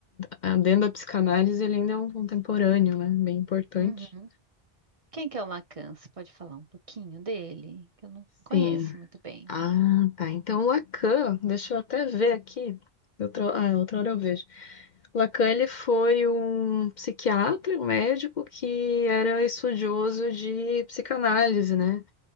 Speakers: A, on the left (about 55°); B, on the right (about 40°).
A: a- dentro da psicanálise, ele ainda é um contemporâneo, né? Bem importante.
B: Uhum. Quem que é o Lacan? Você pode falar um pouquinho dele? Que eu não conheço
A: Sim.
B: muito bem.
A: Ah, tá. Então, o Lacan, deixa eu até ver aqui. Outra, ah, outra hora eu vejo. O Lacan, ele foi um psiquiatra, um médico que era estudioso de psicanálise, né?